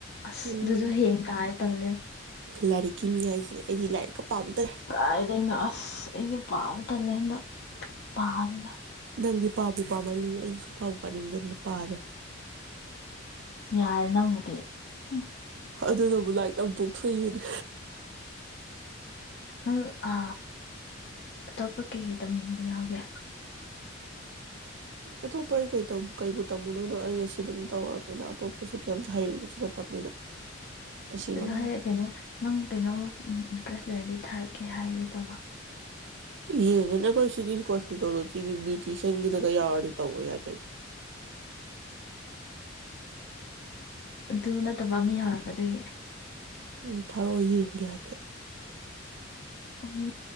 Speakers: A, on the left; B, on the right.
A: ꯑꯁ
B: ꯎꯝ
A: ꯑꯗꯨꯁꯨ ꯍꯌꯦꯡ ꯇꯥꯌꯦ ꯇꯜꯂꯦ
B: ꯂꯥꯏꯔꯤꯛꯀꯤ ꯃꯤ ꯍꯥꯏꯁꯤꯅꯦ ꯑꯩꯗꯤ ꯂꯥꯏꯔꯤꯛꯀ ꯄꯥꯝꯗ꯭ꯔꯦ
A: ꯀꯥꯏꯗꯩꯅꯣ ꯑꯁ ꯑꯩꯁꯦ ꯄꯥꯕ ꯇꯜꯂꯦ ꯑꯗꯣ ꯄꯥꯗꯅ
B: ꯅꯪꯗꯤ ꯄꯥꯕꯨ ꯄꯥꯃꯜꯂꯤ ꯑꯩꯗꯤ ꯁꯨꯛꯄꯥꯕꯨ ꯄꯥꯅꯤꯡꯗꯅ ꯄꯥꯗꯦ
A: ꯌꯥꯔꯦ ꯅꯪꯕꯨꯗꯤ ꯎꯝ
B: ꯑꯗꯨꯅꯕꯨ ꯂꯥꯏꯔꯤꯛ ꯇꯝ ꯄꯣꯛꯊꯣꯛ ꯐꯨꯔ
A: ꯑ ꯑ ꯑꯇꯣꯞꯄ ꯀꯩꯀꯩ ꯇꯝꯅꯤꯡꯕ ꯌꯥꯎꯒꯦ
B: ꯑꯇꯣꯞꯄ ꯑꯩ ꯀ ꯀꯩꯕꯨ ꯇꯝꯃꯨ ꯗꯣꯏꯅꯣ ꯑꯩ ꯉꯁꯤ ꯑꯗꯨꯝ ꯇꯧꯔꯕꯅꯤꯅ ꯑꯇꯣꯞꯄꯁꯨ ꯀꯦꯝꯃꯥ ꯍꯩꯔꯨꯕꯁꯨ ꯅꯠꯇꯕꯅꯤꯅ ꯑꯁꯤ
A: ꯆꯂꯣꯍꯦ
B: ꯃꯉꯥꯏ
A: ꯀꯩꯅꯣ ꯅꯪ ꯀꯩꯅꯣꯝꯃ ꯏꯟꯇꯔꯦꯁ ꯂꯩꯔꯗꯤ ꯊꯥꯔꯛ ꯀꯀꯦ ꯍꯥꯏꯒꯦ ꯇꯧꯕ
B: ꯌꯦꯡꯉꯤꯅꯦ ꯑꯩꯈꯣꯏ ꯁꯤꯒꯤ ꯍꯣꯁꯄꯤꯇꯥꯜꯗ ꯁꯤꯒꯤ ꯕ꯭ꯌꯨꯇꯤꯁꯤꯌꯥꯟꯒꯤꯗꯒ ꯌꯥꯎꯔꯗꯤ ꯇꯧꯕ ꯌꯥꯏ ꯀꯩ
A: ꯑꯗꯨ ꯅꯠꯇꯕ ꯑꯃ ꯌꯥꯎꯋꯦꯕ ꯑꯗꯨꯒꯤ
B: ꯎꯝ ꯊꯔꯛꯑꯣ ꯌꯦꯡꯒꯦ ꯍꯥꯏꯐꯦꯠ
A: ꯑꯩ